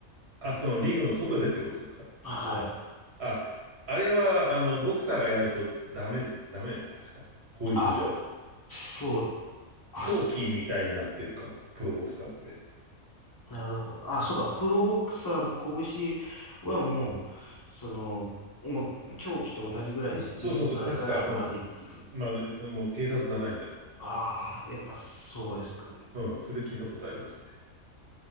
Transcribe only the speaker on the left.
あ、はい。
あ、そう。あ
なるほど。あ、そうか。プロボクサーの拳はもう、その、もう狂気と同じぐらいの威力があるから、
まずいっていうふうに。
ああ、やっぱそうですか。